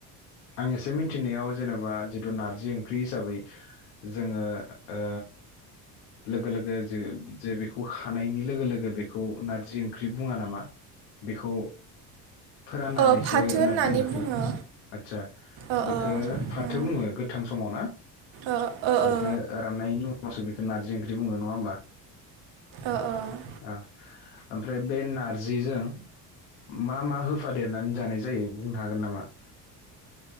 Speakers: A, on the left; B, on the right.
A: आं एसे मिन थिनायाव जेनेबा जिथु नारजि ओंख्रि हिसाबै जोंङो ओ लोगो लोगो जे जे बेखौ हानायनि लोगो लोगो बेखौ नारजि ओंख्रि बुंङा नामा बेखौ फोराननानैसो
B: ओ फाथो होननानै
A: नारजि ओंख्रि
B: बुङो
A: आदसा
B: ओ
A: बेखौ
B: ओ
A: फाथो
B: उम
A: बुंङो गोथां समाव ना
B: ओ ओ
A: बेखौ
B: ओ
A: राननायनि उनाव मसबिखो नारजि ओंख्रि बुंङो नङा होनोमबा?
B: अ औ <inaudible>
A: अ ओम ओमफ्राय बे नारजिजों मा मा होफादों देरनानै जानाय जायो बुंनो हागोन नामा <inaudible>